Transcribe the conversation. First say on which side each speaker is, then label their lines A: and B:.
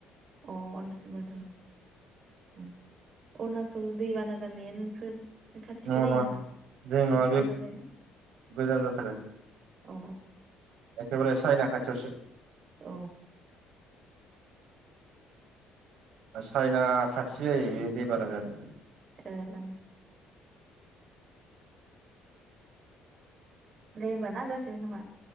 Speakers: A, on the right; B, on the right.
A: अ उरनाचल बर्डार ओम। उरणचल दैबाना जानाया नोंसोर खाथिखै
B: नङा
A: जायो
B: नङा
A: नामा
B: जोंनि नङा बे
A: गोजान जायोना
B: गोजान जाथारो।
A: अ।
B: एखेबारे सायना खाथियावसे।
A: औ।
B: साइना खाथि जायो बे दैबाना जानाया।
A: ओ ओ। दे होमबा ना जासिगोन खोमा।